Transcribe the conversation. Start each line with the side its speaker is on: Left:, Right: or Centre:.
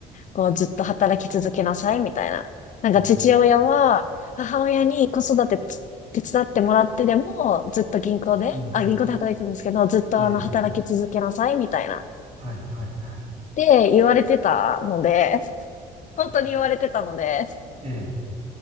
Left: こうずっと働き続けなさいみたいな。なんか父親は母親に子育てつ手伝ってもらってでもずっと銀行で、
Right: ええうん、
Left: あ、銀行で働いてたんですけど、ずっとあの働き続けなさいみたいな。
Right: ええ、
Left: っ
Right: はい、はい、はい。
Left: て言われてたので、
Right: は
Left: 本当に言われてたので、
Right: ええ、